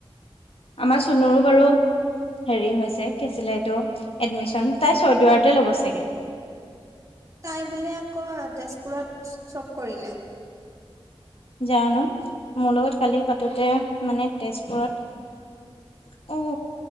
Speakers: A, on the left; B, on the right.
A: আমাৰ চুনুৰো বাৰু হেৰি হৈছে কি হৈছিলে এইটো এডমিশন তাই চৈদুৱাৰতে ল'ব চাগে
B: তাই বোলে আকৌ তেজপুৰত চ -চব কৰিলে।
A: জানো, মোৰ লগত কালি পাতোতে মানে তেজপুৰত অ